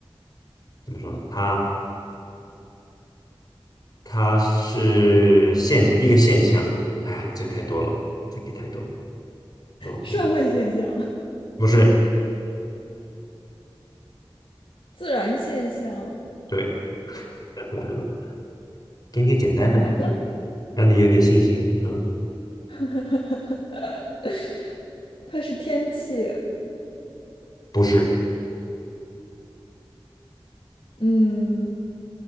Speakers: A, on the left (about 45°); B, on the left (about 65°).
A: 怎么说？它它是现一个现象。哎呀，这个太多了，这个太多了。老可以，
B: 社会现象，
A: 不是，
B: <laughs> 自然现象，
A: 对，完了，给你个简单的，
B: 完了，
A: 让你有点信心。嗯，
B: <laughs> 它是天气，
A: 不是，
B: 嗯，